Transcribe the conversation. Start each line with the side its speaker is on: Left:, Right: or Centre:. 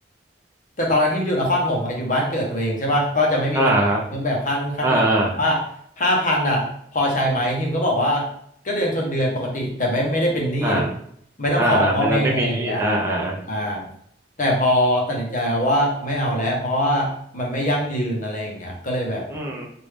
Left: แต่ตอนนั้นที่มันอยู่นครปฐมไงอยู่บ้านเกิดตัวเองใช่ปะก็จะไม่มีปัญหาเรื่องแบบค่านู่นค่านี่แต่ว่า
Right: อ่าครับอ่าอ่า
Left: ห้าพันอ่ะพอใช้ไหมทีมก็บอกว่าก็เดือนชนเดือนปกติแต่ไม่ไม่ได้เป็นหนี้หรือ
Right: อ่า
Left: ไม่ต้องขอพ่อแม่อะไรอย่างเงี้ย
Right: อ่าอ่ามันเราไม่มีนิดๆอ่าอ่าอ่า
Left: อ่าแต่พอตัดสินใจวว่าไม่เอาแล้วเพราะว่ามันไม่ยั่งยืนอะไรอย่างเงี้ยก็เลยแบบ
Right: อืม